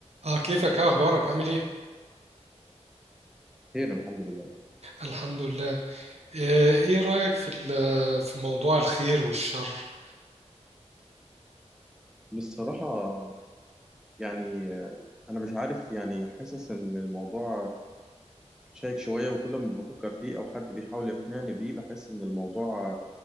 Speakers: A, on the right; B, in the centre.
A: اه كيفك اه اخبارك عامل ايه
B: خير الحمد لله
A: الحمد لله آه، ايه رأيك في ال- في موضوع الخير والشر
B: بصراحة يعني أنا مش عارف يعني حاسس إن الموضوع شائك شوية وكل ما بفكر فيه أو حد بيحاول يقنعني بيه بحس إن الموضوع